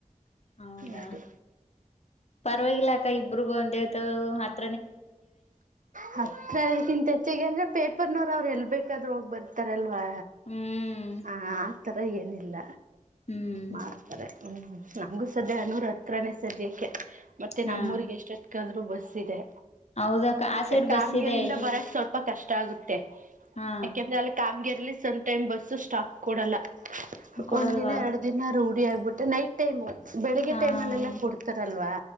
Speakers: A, on the left; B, on the right.
A: ಹೌದಾ
B: ಹೌದು
A: ಪರವಾಗಿಲ್ಲ ಇಬ್ರಗ ಒಂದೇತ ಮತ್ತ
B: ಹತ್ರ ಅದಕ್ಕಿಂತ ಹೆಚ್ಚಾಗಿ ಅಂದ್ರೆ ಪೇಪರ್ ನೋ ಅವ್ರು ಎಲ್ ಬೇಕಾದ್ರೂ ಹೋಗ ಬರ್ತಾರಲ್ವಾ
A: ಹ್ಮ್
B: ಆ ಆತರ ಏನಿಲ್ಲ
A: ಹ್ಮ್
B: ಮಾಡ್ತಾರೆ ಹ್ಮ್ ನಂಗಗು ಸದ್ಯ ಹನೂರ ಹತ್ರನೇ ಸದ್ಯಕ್ಕೆ ಮತ್ತೆ
A: ಹಾ
B: ನಮ್ಮೂಊರಿಗೆ ಎಷ್ಟ ಎತ್ಕಾದ್ರು ಬಸ್ ಇದೆ
A: ಹೌದಕ್ಕ
B: ಮತ್ತೆ
A: ಆ ಸೈಡ್
B: ಕಾಮಗರಿಂದ
A: ಬಸ್ ಇದೆ ಈ
B: ಬರಕ್ ಸ್ವಲ್ಪ ಕಷ್ಟ ಇಷ್ಟ ಆಗುತ್ತೆ
A: ಹಾ
B: ಯಾಕೆಂದ್ರೆ ಅಲ್ಲಿ ಕಾಮಗರಲಿ ಸಮ್ಟೈಮ್ ಬಸ್ ಸ್ಟಾಪ್ ಕೊಡಲ್ಲ
A: ಕೊಡಲ್ವಾ
B: ಒಂದ್ ದಿನ ಎರಡು ದಿನ ರೂಢಿ ಆಗ್ಬಿಟ್ಟೆ ನೈಟ್ ಟೈಮು ಬೆಳಿಗ್ಗೆ
A: ಹಾ
B: ಟೈಮ್ ಅಲ್ಲೆಲ್ಲ
A: ಹ
B: ಕೊಡ್ತಾರಲ್ವಾ